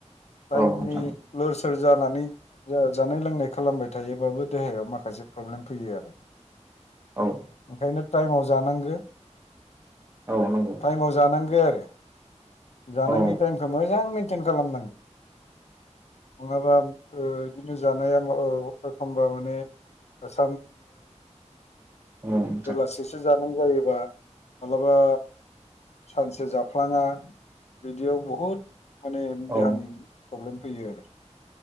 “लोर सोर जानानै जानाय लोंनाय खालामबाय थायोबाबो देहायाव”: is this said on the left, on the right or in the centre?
Left